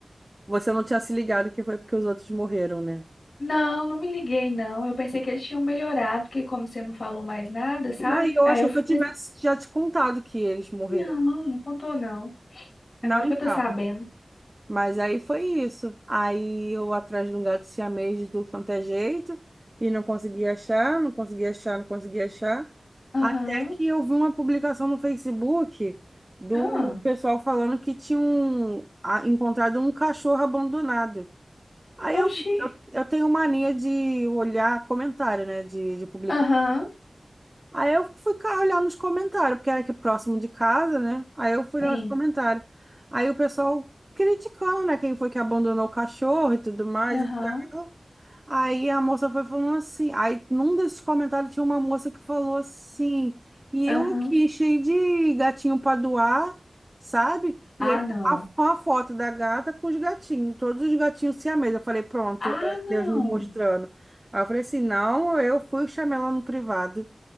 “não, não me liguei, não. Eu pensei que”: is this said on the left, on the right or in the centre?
Left